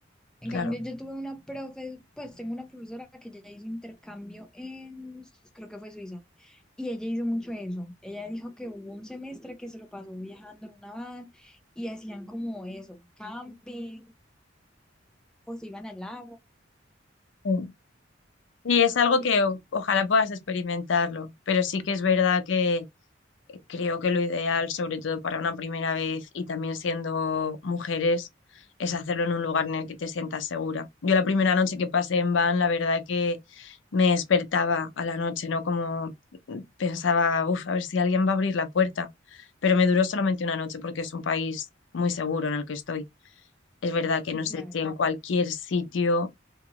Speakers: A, in the centre; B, on the left.
A: En
B: claro.
A: cambio, yo tuve una profe, pues tengo una profesora que ella hizo intercambio en, creo que fue Suiza, y ella hizo mucho eso. Ella dijo que hubo un semestre que se lo pasó viajando en una van y hacían como eso, camping, o se iban al lago.
B: Mm. Y es algo
A: Y,
B: que o- ojalá puedas experimentarlo, pero sí que es verdad que, Creo que lo ideal, sobre todo para una primera vez y también siendo mujeres, es hacerlo en un lugar en el que te sientas segura. Yo la primera noche que pasé en van, la verdad que me despertaba a la noche, ¿no? Como pensaba, uff, a ver si alguien va a abrir la puerta. Pero me duró solamente una noche porque es un país muy seguro en el que estoy. Es verdad que
A: sí,
B: no sé
A: claro.
B: si en cualquier sitio